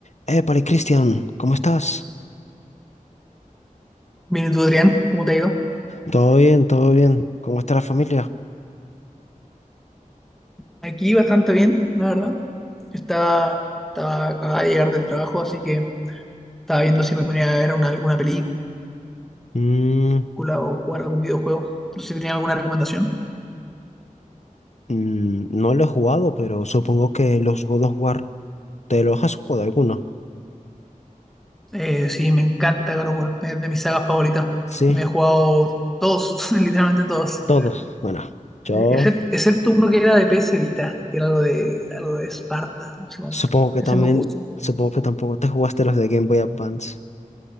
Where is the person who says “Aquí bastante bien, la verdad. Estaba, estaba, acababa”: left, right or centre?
Centre